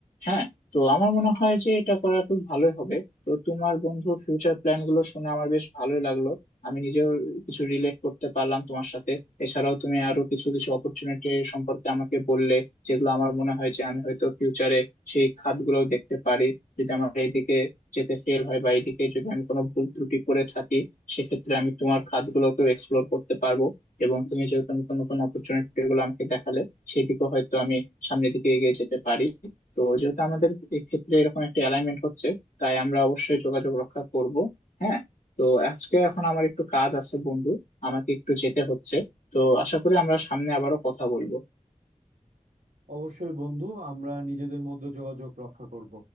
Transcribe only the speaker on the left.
হ্যাঁ তো আমার মনে হয় যে এটা করা খুব ভালোই হবে তো তোমার বন্ধু ফিউচার প্ল্যান গুলো শুনে আমার বেশ ভালোই লাগলো আমি নিজেও কিছু রিলেট করতে পারলাম তোমার সাথে এছাড়াও তুমি আরো কিছু কিছু অপরচুনিটি সম্পর্কে আমাকে বললে যেগুলো আমার মনে হয় যে আমি হয়তো ফিউচারে সেই খাতগুলোও দেখতে পারি যদি আমার এইদিকে যেতে ফেল হয় বা এইদিকে যদি আমি কোনো ভুল ত্রুটি করে থাকি সেক্ষেত্রে আমি তোমার খাতগুলোকেও এক্সপ্লোর করতে পারবো এবং তুমি যেহেতু নতুন নতুন অপরচুনিটি গুলো আমাকে দেখালে সেই দিকে হয়তো আমি সামনের দিকে এগিয়ে যেতে পারি তো যেহেতু আমাদের এক্ষেত্রে এরকম একটা অ্যালাইনমেন্ট হচ্ছে তাই আমরা অবশ্যই যোগাযোগ রক্ষা করব হ্যাঁ তো আজকে এখন আমার একটু কাজ আছে বন্ধু আমাকে একটু যেতে হচ্ছে তো আশা করি আমরা সামনে আবারও কথা বলবো